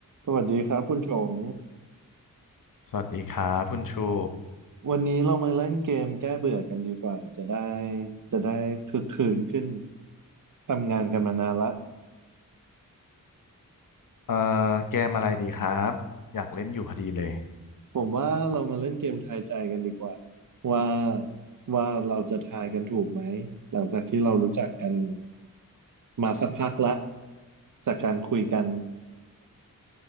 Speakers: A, on the right (about 65°); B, on the left (about 75°).
A: สวัสดีครับคุณชง
B: สวัสดีครับคุณชู
A: วันนี้เรามาเล่นเกมแก้เบื่อกันดีกว่าจะได้จะได้คึกคืนขึ้นทำงานกันมานานละ
B: เอ่อเกมอะไรดีครับอยากเล่นอยู่พอดีเลย
A: ผมว่าเรามาเล่นเกมทายใจกันดีกว่าว่าว่าเราจะทายกันถูกไหมหลังจากที่เรารู้จักกันมาสักพักละจากการคุยกัน